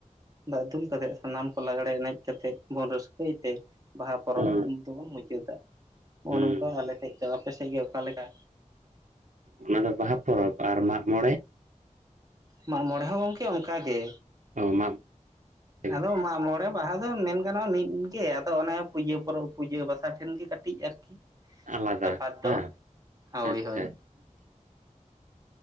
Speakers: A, on the right (about 25°); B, on the right (about 70°).
A: ᱫᱟᱜ ᱫᱩᱞ ᱠᱟᱛᱮᱫ ᱥᱟᱱᱟᱢ ᱠᱚ ᱞᱟᱜᱽᱲᱮ ᱮᱱᱮᱡ ᱠᱟᱛᱮᱜ ᱵᱚᱱ ᱨᱟᱹᱥᱠᱟᱹᱭ ᱛᱮ ᱵᱟᱦᱟ ᱯᱚᱨᱚᱵᱽ
B: ᱦᱩᱸ
A: ᱫᱚᱵᱚᱱ ᱢᱩᱪᱟᱹᱫᱟ, ᱱᱚᱜᱼᱚ
B: ᱦᱩᱸ
A: ᱱᱚᱝᱠᱟ ᱟᱞᱮ ᱥᱮᱡ ᱫᱚ᱾ ᱟᱯᱮ ᱥᱮᱫ ᱜᱮ ᱚᱠᱟ ᱞᱮᱠᱟ?
B: ᱚᱱᱟ ᱫᱚ ᱵᱟᱦᱟ ᱯᱚᱨᱚᱵᱽ ᱟᱨ ᱢᱟᱜ ᱢᱚᱬᱮ?
A: ᱢᱟᱜ ᱢᱚᱬᱮ ᱦᱚᱸ ᱜᱚᱝᱠᱮ ᱚᱱᱠᱟ ᱜᱮ,
B: ᱚ ᱢᱟᱜ ᱢᱚᱬᱮ ᱜᱮ
A: ᱟᱫᱚ ᱢᱟᱜ ᱢᱚᱬ ᱵᱟᱦᱟ ᱫᱚ ᱢᱮᱱ ᱜᱟᱱᱚᱜᱼᱟ ᱢᱤᱫ ᱜᱮ ᱟᱫᱚ ᱚᱱᱮ ᱯᱩᱡᱟᱹ ᱯᱚᱨᱚᱵᱽ ᱯᱩᱡᱟᱹ ᱵᱟᱥᱟ ᱴᱷᱮᱱ ᱜᱮ ᱠᱟᱹᱴᱤᱡ ᱟᱨᱠᱤ
B: ᱟᱞᱟᱫᱟ
A: ᱛᱚᱯᱷᱟᱫ
B: ᱵᱟᱝ
A: ᱫᱚ, ᱦᱳᱭ
B: ᱟᱪᱪᱷᱟ
A: ᱦᱳᱭ᱾
B: ᱟᱪᱪᱷᱟ ᱟᱪᱪᱷᱟ